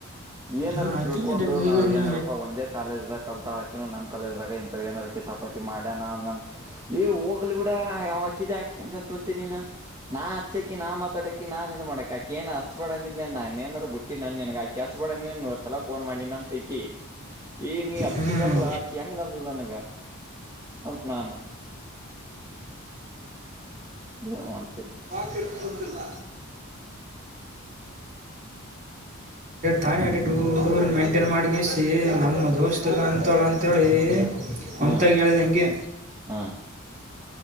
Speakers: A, on the right; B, on the right.
A: ಏನಾರ
B: ಹ್ಮ ಆಕಿ
A: ತಿಳ್ಕೊಂಡು
B: ಎಡ್ಡೆಡ್ ಹುಡುಗರ್ನ
A: ನಾವ್ ಏನಾರಪ್ಪಾ ಒಂದೇ ಕಾಲೇಜ್ದಾಗ ಕಲ್ತಾಳಕ ನಮ್ಮ ಕಾಲಜ್ದಾಗ ಇಂಥ ಏನಾರಕ ತಪ್ಪ. ಪತಿ ಮಾಡಣ ನಂಗ ಏ ಹೋಗ್ಲಿ ಬಿಡ ಅವ ಆಗ್ತಸತ್ಂತನ ನಾ ಹಚ್ಚಕಿ ನಾ ಮಾತಾಡಕ ನಾ ಇದ ಮಾಡಕಕ್ಕ ಏನ್ ಹಚ್ಬಾಡನ ಬ ಬಿಟ್ಟ ನನ್ ನನ್ಗಾಕಿ ಹಚ್ ನೀನ್ ನೂರ್ ಸಲ ಫೋನ್ ಮಾಡಿ ಅ ತಕಿ ಏ ನೀ ಹಚ್ಚದಲ್ಲ
B: ಹ್ಮ್
A: ಆಕಿ ಹೆಂಗಂದ ನನಗ ಅದ ನಾಾನು ಯಾಗ ಮಾಡ್ತ.
B: ಗೊಲ್ಲ ತಾನೇ ಅಡಡು ಹುಡುಗರನ್ನ ಮೈಂಟೈನ್ ಮಾಡಿಗಿಸಿ ನಮ್ಮ ದೋಸ್ತಗೆ ಅಂತಳ ಅಂಂತೇಳಿ. ಒಮ್ಂತಾಗಿ
A: ಹಾ
B: ಹೇಳಿದ ಹಂಗೆ.
A: ಹಾ